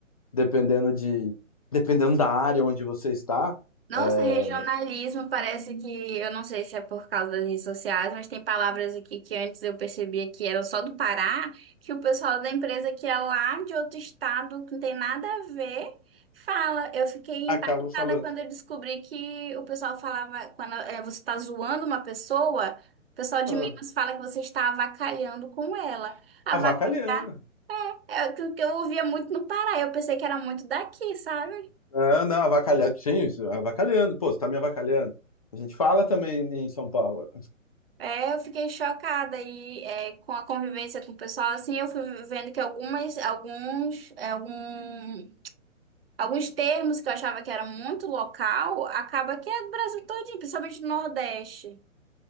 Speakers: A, on the left; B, on the right.
A: Dependendo de, dependendo da área onde você está,
B: Nossa,
A: é,
B: regionalismo parece que, eu não sei se é por causa das redes sociais, mas tem palavras aqui que antes eu percebia que eram só do Pará, que o pessoal da empresa que é lá de outro estado, que não tem nada a ver, fala. Eu fiquei
A: acaba
B: impactada
A: falando.
B: quando eu descobri que o pessoal falava, quando eh, você está zoando uma pessoa, o pessoal de
A: Ah,
B: Minas fala que você está avacalhando com ela. Avacalhar
A: avacalhando.
B: é o que eu ouvia muito no Pará, eu pensei que era muito daqui, sabe?
A: Não, não, avacalhar. Sim, isso, avacalhando. Pô, você tá me avacalhando. A gente fala também em São Paulo.
B: É, eu fiquei chocada e é, com a convivência com o pessoal, assim, eu fui vendo que algumas, alguns, é, algum, alguns termos que eu achava que era muito local, acaba que é do Brasil todinho, principalmente do Nordeste.